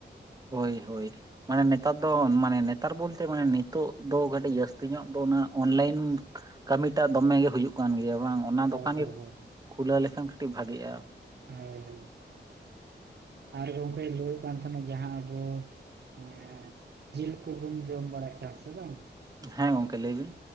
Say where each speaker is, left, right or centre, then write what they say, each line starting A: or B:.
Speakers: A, on the right; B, on the right.
A: ᱦᱳᱭ ᱦᱳᱭ᱾ ᱢᱟᱱᱮ ᱱᱮᱛᱟᱨ ᱫᱚ ᱢᱟᱱᱮ ᱱᱮᱛᱟᱨ ᱵᱚᱞᱛᱮ ᱢᱟᱱᱮ ᱱᱤᱛᱚᱜ ᱫᱚ ᱠᱟᱹᱴᱤᱡ ᱡᱟᱹᱥᱛᱤ ᱧᱚᱜ ᱫᱚ ᱚᱱᱟ ᱚᱱᱞᱟᱭᱤᱱ ᱠᱟᱹᱢᱤᱴᱟᱜ ᱫᱚᱢᱮᱜᱮ ᱦᱩᱭᱩᱜ ᱠᱟᱱ ᱜᱮᱭᱟ ᱵᱟᱝ ᱚᱱᱟ
B: ᱦᱳᱭ
A: ᱫᱚᱠᱟᱱ
B: ᱦᱳᱭ
A: ᱜᱮ,
B: ᱦᱳᱭ᱾
A: ᱠᱷᱩᱞᱟᱹᱣ ᱞᱮᱠᱷᱟᱱ ᱠᱟᱹᱴᱤᱡ ᱵᱷᱟᱜᱤᱜᱼᱟ᱾
B: ᱦᱳᱭ ᱦᱳᱭ᱾ ᱟᱨ ᱜᱚᱝᱠᱮᱧ ᱞᱟᱹᱭ ᱠᱟᱱ ᱛᱟᱦᱮᱸᱱᱟ ᱡᱟᱦᱟᱸ ᱟᱵᱚ ᱮᱸ ᱡᱤᱞ ᱠᱚᱵᱚᱱ ᱡᱚᱢ ᱵᱟᱲᱟᱭᱮᱫ ᱟᱥᱮ ᱵᱟᱝ,
A: ᱦᱮᱸ ᱜᱚᱝᱠᱮ ᱞᱟᱹᱭ ᱵᱤᱱ᱾